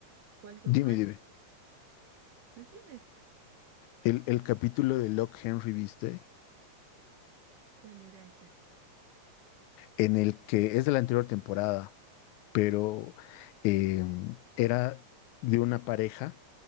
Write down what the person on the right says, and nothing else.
¿cuál, cuál,
cuál?
Decime,
¿cuál era ese?